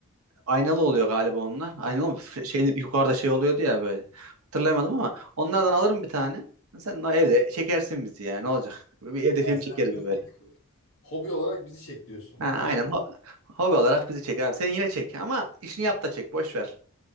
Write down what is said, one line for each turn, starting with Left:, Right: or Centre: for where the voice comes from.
Right: Aynalı oluyor galiba onlar. Aynalı mı? F- Şeyin, yukarıda şey oluyordu ya böyle. Hatırlayamadım ama onlardan alırım bir tane. Sen de evde çekersin bizi ya. Ne olacak? Bir evde
Left: Ha
Right: film
Left: sen
Right: çekeriz
Left: diyorsun,
Right: böyle.
Left: hobi olarak bizi çek diyorsun.
Right: Ha,
Left: Bırak
Right: aynen. Ho- hobi olarak bizi çek abi. Sen yine çek ama işini yap da çek. Boş ver.